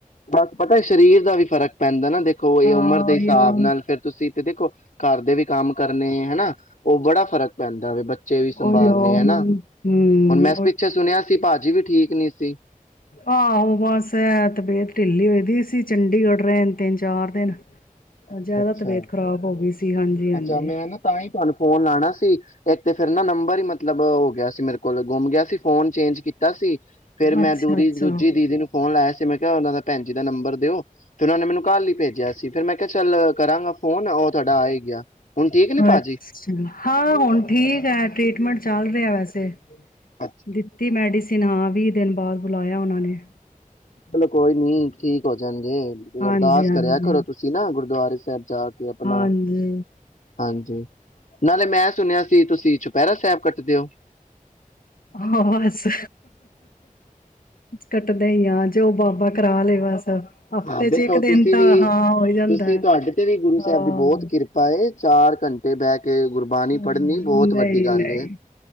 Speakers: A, on the left; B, on the left.
A: ਬਸ ਪਤਾ ਸਰੀਰ ਦਾ ਵੀ ਫ਼ਰਕ ਪੈਂਦਾ ਨਾ ਦੇਖੋ ਇਹ
B: ਹਾਂ
A: ਉਮਰ ਦੇ
B: ਉਹੀਓ
A: ਹਿਸਾਬ ਨਾਲ ਫੇਿਰ ਤੁਸੀਂਥ ਦੇਖੋ ਘਰ ਦੇ ਵੀ ਕੰਮ ਕਰਨੇ ਹਨਾ ਉਹ ਬੜਾ ਫਰਕ ਪੈਂਦਾ ਵ ਬੱਚੇ ਵੀ ਸੰਭਾਲੇ
B: ਉਹੀਓ
A: ਹਨਾ
B: ਹੂੰ
A: ਹੁਣ ਮੈਂ ਪਿੱਛੇ ਸੁਣਿਆ ਸੀ ਭਾਜੀ ਵੀ ਠੀਕ ਨਹੀਂੀ ਸੀ
B: ਆਹ ਉਹ ਬਸ ਐ ਤ ਬੇਤ ਢਿੱਲੀ ਹੋਦੀ ਸੀ ਚੰਡੀਗੜ੍ਹ ਰਹਿਣ ਤਿੰਨ ਚਾਰ ਦਿਨ
A: ਅੱਛਾ
B: ਜ਼ਿਆਦਾ
A: ਅੱਛਾ
B: ਤਬੀਅਤ ਖ਼ਰਾਬ ਹੋ ਗਈ ਸੀ ਹਾਂਜੀ ਹਾਂਜੀ
A: ਅੱਛਾ ਮੈਂ ਨਾ ਤਾਂ ਹੀ ਤੁਹਾਨੂੰ ਫੋਨ ਲਾਣਾ ਸੀ ਇੱਕ ਤੇ ਫਿਰ ਨਾ ਨੰਬਰ ਹੀ ਮਬ ਮਤਲਬ ਹੋ ਗਿਆ ਸੀ ਮੇਰੇ ਕੋ ਕੋਲ ਗੁੰਮ ਗਿਆ ਸੀ ਫੋਨ ਚੇਂਜ ਕੀਤਾ ਸੀ ਫੇਿਰ ਮੈਂ
B: ਅੱਛਾ
A: ਦੂ
B: ਅੱਛਾ।
A: ਦੂਜੀ ਦੀਦੀ ਨੂੰ ਫੋਨ ਲਾਇਆ ਸੀ ਮੈਂ ਕਿਹਾ ਉਹਨਾਂ ਦਾ ਭੈਣ ਜੀ ਦਾ ਨੰਬਰ ਦਿਓ ਫਿਰ ਉਹ ਨੇ ਮੈਨੂੰ ਕਾਲ ਹੀ ਭੇਜਿਆ ਸੀ ਫਿਰ ਮੈਂ ਚੱਲ ਕਰਾਂਗਾ ਫੋਨ ਉਹ ਤੁਹਾਡਾ ਆ ਹੀ ਗਿਆ ਹੁਣ ਠੀਕ ਨੇ ਭਾਜੀ
B: ਅੱਛਾ ਹਾਂ ਹੁਣ ਠੀਕ ਹੈ ਟ੍ਰੀਟਮੈਂਟ ਚੱਲ ਰਿਹਾ ਵੈਸੇ
A: ਅੱਛਾ
B: ਦਿੱਤੀ ਮੈਡੀਸਿਨ ਹਾਂ ਵੀਹ ਦਿਨ ਬਾਅਦ ਬੁਲਾਇਆ ਉਹਨਾਂ ਨੇ
A: ਚਲੋ ਕੋਈ ਨੀ ਠੀਕ ਹੋ ਜਾਣਗੇੇ
B: ਹਾਂਜੀ,
A: ਅਰਦਾਸ
B: ਹਾਂਜੀ,
A: ਕਰਿਆ ਕਰਰੋ ਤੁਸੀਂ ਨਾ ਗੁਰ ਦੁਆ ਸਾਹਿਬ ਜਾ ਕੇ ਆਪਣਾ
B: ਹਾਂਜੀ
A: ਹਾਂਜੀ ਨਾਲੇ ਮੈਂ ਸੁਣਿਆ ਸੀ ਤੁਸੀਂ ਚੁਪਹਿਰਾ ਸਾਹਿਬ ਕੱਟਦੇ ਹੋ
B: ਹਾਂ ਬਸ ਕੱਟਦੇ ਹੀ ਆ ਜੋ ਉਹ ਬਾਬਾ ਕਰਾ ਲਏ ਬਸ ਹਫ਼ਤੇ
A: ਹਾਂ ਦੇਖੋ
B: ਚ ਇੱਕ ਦਿਨ
A: ਤੁਸੀਂ
B: ਤਾਂ
A: ਵੀ
B: ਹਾਂ ਹੋ ਹੀ ਜਾਂਦਾ
A: ਤੁਸੀਂ
B: ਹੈ।
A: ਤੁਹਾਡੇ ਤੇ ਵੀ ਗੁਰੂ ਸਾਹਿਬ
B: ਹਾਂ,
A: ਦੀ ਬਹੁਤ ਕਿਰਪਾ ਚਾਰ ਘੰਟੇ ਬਹਿ ਕੇ ਗੁਰਬਾਣੀ
B: ਹਾਂ
A: ਪੜ੍ਹਨੀ
B: ਨਹੀਂ
A: ਬਹੁਤ ਵੱਡੀ ਗੱਲ
B: ਨਹੀਂ
A: ਏ